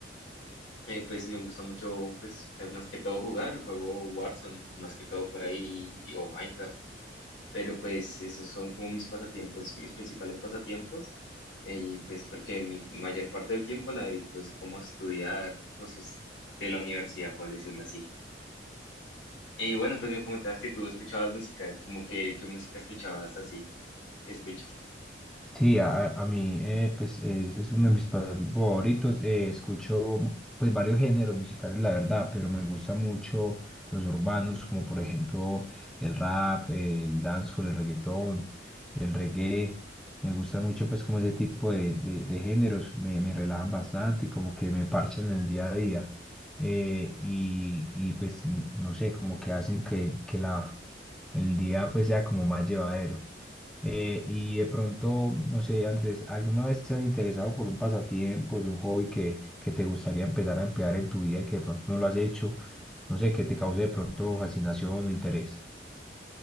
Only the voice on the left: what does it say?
Eh, pues me gusta mucho pues que- más que todo jugar, juego Warzone, más que todo por ahí, o Minecraft pero pues esos son como mis pasatiempos, mis principales pasatiempos, eh, y pues porque mi mayor parte del tiempo la dedico es como a estudiar cosas de la universidad, por decirlo así. Y bueno, pues me comentabas que tú escuchabas música, como que, ¿qué música escuchabas así? ¿Qué escuchas?